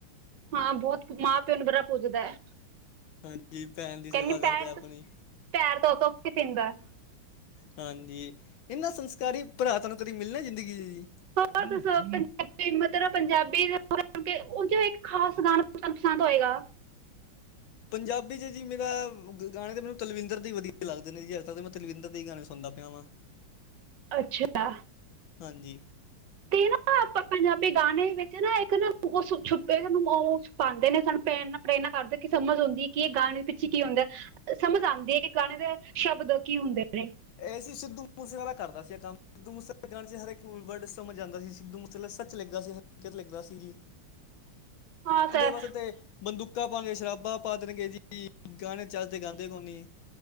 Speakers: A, on the right; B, on the left.
A: ਹਾਂ ਬਹੁਤ ਮਾਂ ਪਿਉ ਨੂੰ ਬੜਾ ਪੂਜਦਾ ਐ।
B: ਹਾਂਜੀ ਭੈਣ ਦੀ
A: ਕਹਿੰਦੀ
B: ਸੇਵਾ ਕਰਦਾ
A: ਪੈਰ,
B: ਆਪਣੀ
A: ਪੈਰ ਧੋ- ਧੋ ਕੇ ਪੀਂਦਾ।
B: ਹਾਂਜੀ ਇਹਨਾਂ ਸੰਸਕਾਰੀ ਭਰਾ ਤਹਾਨੂੰ ਕਦੀ ਮਿਲਣਾ ਜ਼ਿੰਦਗੀ 'ਚ ਜੀ।
A: ਹੋ ਪੰਜਾਬੀ ਮਤਲਬ ਪੰਜਾਬੀ ਉਹ ਇੱਕ ਖਾਸ ਗਾਣਾ ਪਸੰਦ ਹੋਏਗਾ।
B: ਪੰਜਾਬੀ 'ਚ ਜੀ ਮੇਰਾ ਗਾਣੇ ਤਾਂ ਮੈਨੂੰ ਤਲਵਿੰਦਰ ਦੇ ਹੀ ਵਧੀਆ ਲੱਗਦੇ ਨੇ ਜੀ। ਅੱਜ- ਕੱਲ ਤਾਂ ਮੈਂ ਤਲਵਿੰਦਰ ਦੇ ਹੀ ਗਾਣੇ ਸੁਣਦਾ ਪਿਆ ਵਾਂ।
A: ਅੱਛਾ
B: ਹਾਂਜੀ
A: ਤੇ ਨਾ ਆਪਾਂ ਪੰਜਾਬੀ ਗਾਣੇ ਵਿੱਚ ਨਾ ਇੱਕ ਨਾ ਛੁਪਛ ਛੁਪਾਂਦੇ ਨੇ ਸਾਨੂੰ ਭੈਣ ਆਪ ਇਨਾ ਕਰਦੇ ਕਿ ਸਮਝ ਹੁੰਦੀ ਕਿ ਗਾਣੇ ਪਿੱਛੇ ਕੀ ਆਉਦਾ ਐ। ਸਮਝ ਆਂਦੀ ਐ ਕਿ ਗਾਣੇ ਦੇ ਸ਼ਬਦ ਕੀ ਹੁੰਦੇ ਨੇ।
B: ਇਹ ਸੀ ਸਿੱਧੂ ਮੂਸੇਵਾਲਾ ਕਰਦਾ ਸੀ ਇਹ ਕੰਮ। ਸਿੱਧੂ ਮੂਸੇ ਗਾਣੇ 'ਚ ਹਰ ਕੋਡ ਵਰਡ ਸਮਝ ਆਂਦਾ ਸੀ। ਸਿੱਧੂ ਮੂਸੇ ਆਲਾ ਸੱਚ ਲਿਖਦਾ ਸੀ ਹਰਕਤ ਲੱਗਦਾ ਸੀ।
A: <inaudible> ਤਾਂ
B: ਉਦੇ ਵਾਸਤੇ ਬੰਦੂਕਾਂ ਪਾਉਣਗੇ ਸ਼ਰਾਬਾਂ ਪਾ ਦੇਣਗੇ ਜੀ ਗਾਣੇ ਚੱਜਦੇ ਗਾਂਦੇ ਕੋ ਨੀ।